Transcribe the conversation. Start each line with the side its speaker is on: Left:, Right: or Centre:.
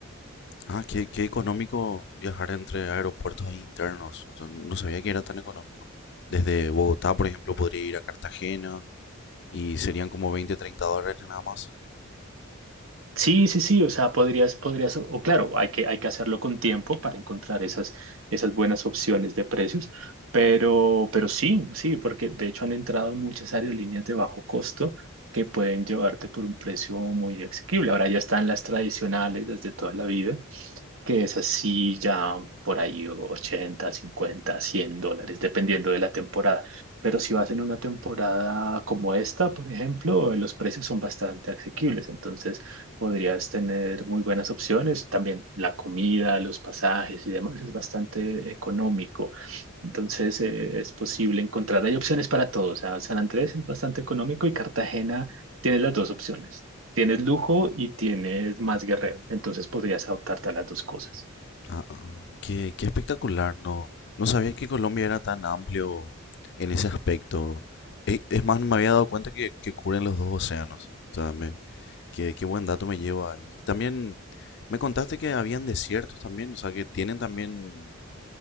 Left: Ah, qué, qué económico viajar entre aeropuertos ahí internos. O sea, no no sabía que era tan económico. Desde Bogotá, por ejemplo, podría ir a Cartagena y serían como 20, 30 dólares nada más.
Right: Sí, sí, sí, o sea, podrías, podrías, o claro, hay que, hay que hacerlo con tiempo para encontrar esas, esas buenas opciones de precios, pero, pero sí, sí, porque de hecho han entrado muchas aerolíneas de bajo costo que pueden llevarte por un precio muy asequible. Ahora ya están las tradicionales, las de toda la vida, que es así ya por ahí 80 50 100 dólares, dependiendo de la temporada. Pero si vas en una temporada como esta, por ejemplo, los precios son bastante asequibles, entonces podrías tener muy buenas opciones. También la comida, los pasajes y demás es bastante económico. Entonces eh, es posible encontrar, hay opciones para todos. O sea, San Andrés es bastante económico y Cartagena tiene las dos opciones. Tienes lujo y tienes más guerrero, entonces podrías adoptarte a las dos cosas.
Left: Ah, ah, ah. qué, qué espectacular. No, no sabía que Colombia era tan amplio en ese aspecto. E- Es más, no me había dado cuenta que, que cubren los dos océanos. O sea, me, qué, qué buen dato me lleva. Y también me contaste que habían desiertos también, o sea, que tienen también,